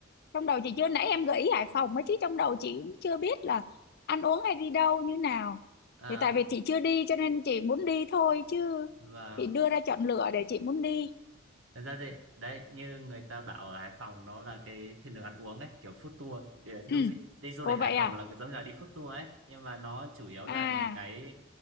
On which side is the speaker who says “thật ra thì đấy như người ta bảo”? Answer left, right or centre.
Right